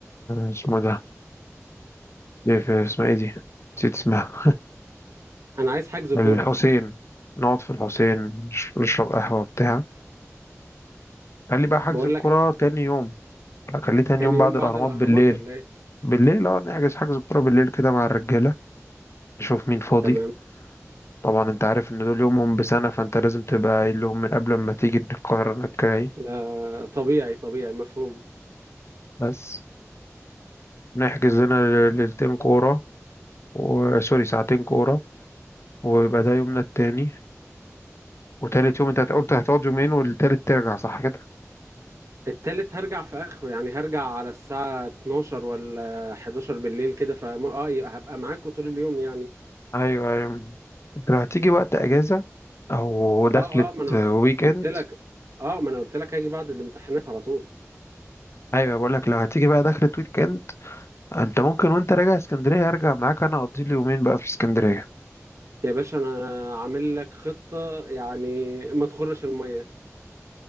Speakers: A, on the left; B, on the right.
A: اسمه ده إيه في اسمها ايه دي نسيت اسمها
B: انا عايز حجز كورة
A: الحسين نقعد في الحسين نش- نشرب قهوة بتاع قال لي بقى حجز
B: بقول
A: الكرة
B: لك
A: تاني يوم قال لي تاني
B: تاني
A: يوم
B: يوم
A: بعد
B: بعد
A: الأهرامات
B: الاهرامات
A: بالليل
B: ولا ايه
A: بالليل اه نحجز حجز الكرة بالليل كده مع الرجالة نشوف مين فاضي
B: تمام
A: طبعا انت عارف ان دول يومهم بسنة فانت لازم تبقى قايل لهم من قبل ما تيجي ان القاهرة انك جاي
B: لا طبيعي طبيعي مفهوم
A: بس نحجز لنا ليلتين كورة و- سوري ساعتين كورة ويبقى ده يومنا التاني وتالت يوم انت قلت هتقعد يومين والتالت ترجع صح كده
B: التالت هرجع في اخره يعني هرجع على الساعة 12 ولا 11 بالليل كده فم... اه ي- هبقى معاكوا طول اليوم يعني
A: ايوه ايوه انت لو هتيجي وقت اجازه او دخلت
B: اه اه ما انا
A: ويك
B: قلت
A: اند
B: لك اه ما انا قلت لك هاجي بعد الامتحانات على طول
A: ايوه بقول لك لو هتيجي بقى دخلت ويك اند انت ممكن وانت راجع اسكندريه ارجع معاك انا اقضي لي يومين بقى في اسكندريه
B: يا باشا انا عامل لك خطة يعني ما تخرش المية